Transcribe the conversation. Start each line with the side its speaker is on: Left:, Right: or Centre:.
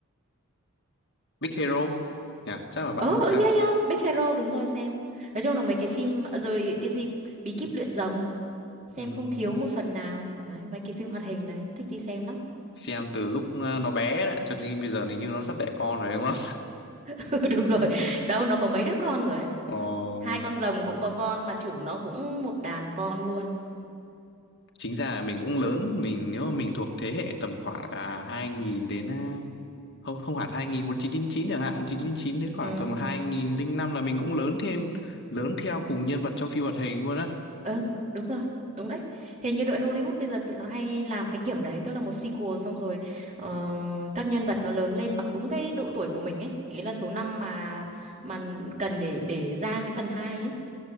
Left: Big Hero. Dạ, chắc là bạn
Right: Ờ ừ,
Left: cũng xem.
Right: yeah yeah, Big Hero đúng rồi xem. Nói chung là mấy cái phim rồi cái gì Bí kíp luyện rồng xem
Left: Ừm,
Right: không thiếu một phần nào. Đấy, mấy cái phim hoạt hình đấy thích đi xem lắm.
Left: xem từ lúc ờ, nó bé đấy cho đến bây giờ thì như nó sắp đẻ con rồi đúng không?
Right: <laughs> Ừ, Đúng rồi. Đâu nó có mấy đứa con rồi. ấy.
Left: <laughs> Ồ.
Right: hai con rồng cũng có con mà chủ nó cũng một đàn con luôn
Left: chính ra là mình cũng lớn mình nếu mà mình thuộc thế hệ tầm khoảng à, 2000 đến à, không không hẳn 2000 1999 chẳng hạn 1999 đến khoảng
Right: ừ
Left: tầm 2005 là mình cũng lớn thêm lớn theo cùng nhân vật trong phim hoạt hình luôn á
Right: ừ đúng rồi đúng đấy hình như đội Hollywood bây giờ tụi nó hay làm cái kiểu đấy tức là một sequel xong rồi ờ, các nhân vật nó lớn lên bằng đúng cái độ tuổi của mình ấy nghĩa là số năm mà mà cần để để ra cái phần hai ấy